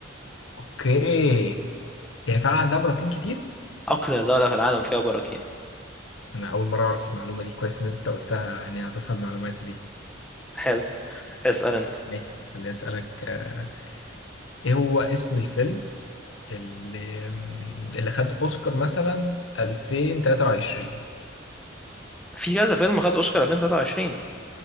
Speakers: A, on the left (about 80°); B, in the centre.
A: اوكي هي فعلا عندها براكين كتير
B: اقلى دولة في العالم فيها براكين
A: انا اول مره اعرف المعلومه دي كويس ان انت قلتها يعني هضيفها المعلومات دي
B: حلو اسأل انت
A: ماشي خليني اسالك آه، ايه هو اسم الفيلم اللي اللي خد اوسكار مثلا 2023
B: في كذا فيلم خد اوسكار 2023